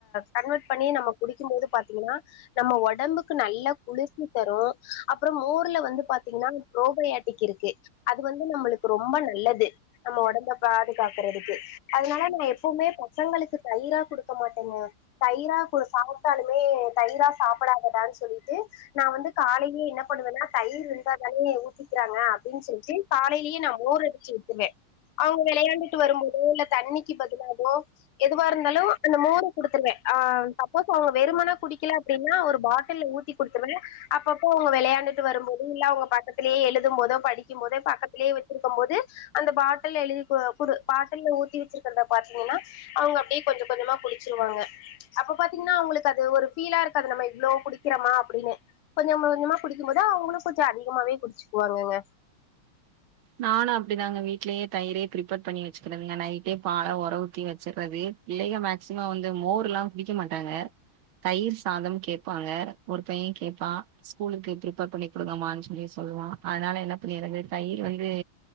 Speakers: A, on the left; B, on the right.
A: கன்வெர்ட் பண்ணி நம்ம குடிக்கும் போது பாத்தீங்கனா நம்ம ஒடம்புக்கு நல்லா குளிர்ச்சி தரு அப்பற மோர்ல வந்து பாத்தீங்னா ப்ரோபயாட்டிக் இருக்கு அது வந்து நம்மளுக்கு ரொம்ப நல்லது நம்ம ஒடம்ப பாதுகாக்குறதுக்கு அதுனால நா எப்பவுமே பசங்களுக்கு தயிரா குடுக்க மாட்டேங்க தயிரா குடு சாப்ட்டாலுமே தயிரா சாப்புடாதடான் சொல்லிட்டு நா வந்து காலைலயே என்ன பண்ணுவேனா தயிரு இருந்தாதானே ஊத்திக்கிறாங்க அப்டின் சொல்ட்டு காலைலயே நா மோர் அடிச்சு வித்துருவே அவுங்க வெளையாண்டுட்டு வரும்போதோ இல்ல தண்ணிக்கு பதிலாவோ எதுவா இருந்தாலு அந்த மோர குடுத்துருவே ஆ சப்போஸ் அவ்ங்க வெறுமன குடிக்கல அப்டினா ஒரு பாட்டில்ல ஊத்தி குடுத்துருவே அப்பப்போ அவ்ங்க வெளையாண்டுட்டு வரும்போது இல்ல அவ்ங்க பக்கத்து லே எழுதும் போதோ படிக்கும் போதோ பக்கத்துலயே வெச்சிருக்கும் போது அந்த பாட்டில்ல எழுதி கு குடு பாட்டில்ல ஊத்தி வெச்சிருக்கிறத பாத்தீங்கனா அவுங்க அப்டியே கொஞ்ச கொஞ்சமா குடிச்சிருவாங்க அப்ப பாத்திங்னா உங்களுக்கு அது ஒரு ஃபீலா இருக்காது நம்ம இவ்ள குடிக்கறமா அப்டின்னு கொஞ்ச கொஞ்சமா குடிக்கும் போது அவங்களு கொஞ்ச அதிகமாவே குடிச்சுக்குவாங்கங்க
B: நானு அப்டிதாங்க வீட்லயே தயிரே பிரிப்பேர் பண்ணி வெச்சுக்றதுங்க நைட்டே பால ஒற ஊத்தி வெச்சர்றது பிள்ளைக மேக்சிம வந்து மோர்ல்லா குடிக்கமாட்டாங்க தயிர் சாதம் கேப்பாங்க ஒரு பைய கேப்பா ஸ்கூலுக்கு ப்ரிப்பேர் பண்ணி குடுங்கமான் சொல்லி சொல்வா அதனால என்ன பண்ணிர்றது தயிர் வந்து